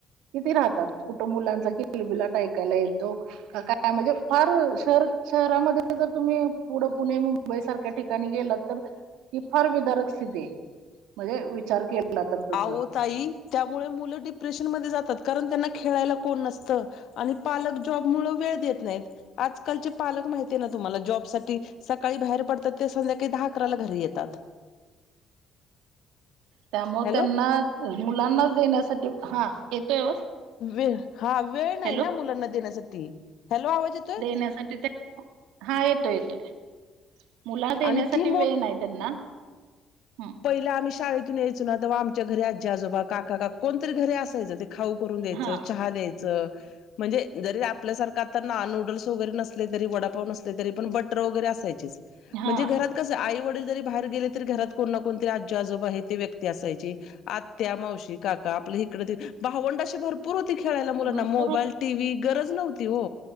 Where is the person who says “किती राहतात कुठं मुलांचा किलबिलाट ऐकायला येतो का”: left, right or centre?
Right